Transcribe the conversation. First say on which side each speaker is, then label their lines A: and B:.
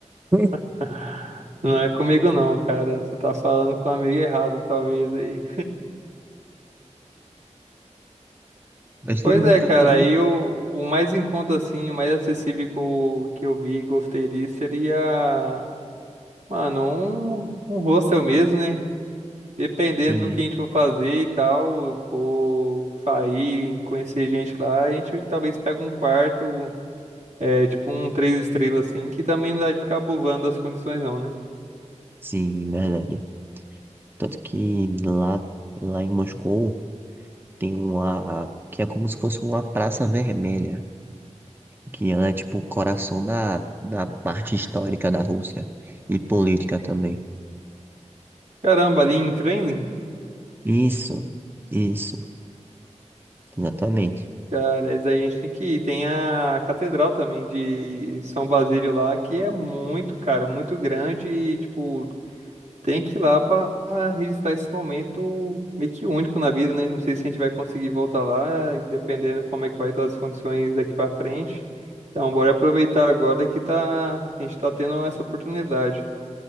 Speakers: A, on the right (about 15°); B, on the right (about 75°).
A: <laughs>
B: <laughs> Não é comigo não, cara. Você tá falando com a amiga errada, talvez aí.
A: Mas
B: Pois
A: tem muita
B: é, cara,
A: coisa.
B: aí o, o mais em conta, assim, o mais acessível que eu, que eu vi e gostei ali seria, mano, um, um hostel mesmo, né? Dependendo
A: Sim,
B: do que a gente for fazer e tal, eu for sair, conhecer gente lá, a gente talvez pegue um quarto, é, tipo um três estrelas assim, que também não dá de ficar abusando das condições não, né?
A: sim, verdade. Tanto que lá, lá em Moscou tem uma que é como se fosse uma praça vermelha, que ela é tipo o coração da, da parte histórica da Rússia e política também.
B: Caramba, ali em Kremlin,
A: Isso, isso, exatamente.
B: cara, isso aí a gente tem que ir. Tem a catedral também de São Basílio lá, que é muito, cara, muito grande e, tipo, tem que ir lá para registrar esse momento meio que único na vida, né? Não sei se a gente vai conseguir voltar lá, e dependendo como é que vai estar as condições daqui para frente. Então, bora aproveitar agora que tá, a gente tá tendo essa oportunidade.